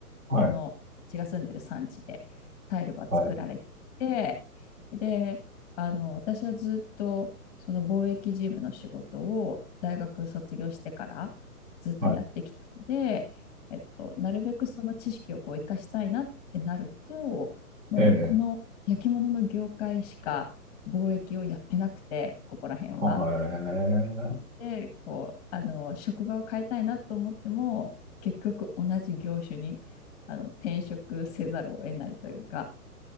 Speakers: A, on the left; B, on the right.
A: ここの私が住んでる産地でタイルは作られていて、
B: はい、はい、
A: で、あの、私はずっと、その貿易事務の仕事を大学卒業してからずっとやってきたので、
B: はい。
A: えっと、なるべくその知識をこう生かしたいなってなると、もうこの焼き物の業界しか貿易をやってなくて、
B: ええ
A: ここら辺は。
B: ーはい。
A: で、こう、あの、職場を変えたいなと思っても、結局同じ業種にあの転職せざるを得ないというか、